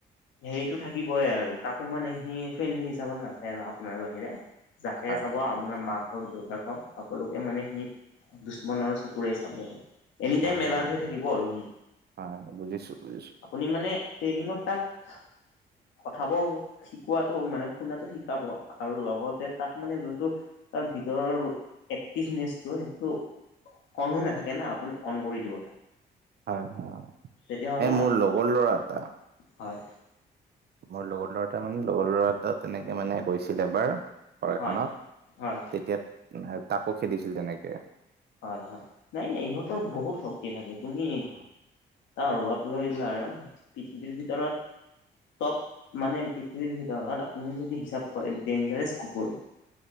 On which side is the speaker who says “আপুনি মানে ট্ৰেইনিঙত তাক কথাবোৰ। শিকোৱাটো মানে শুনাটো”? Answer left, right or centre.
Left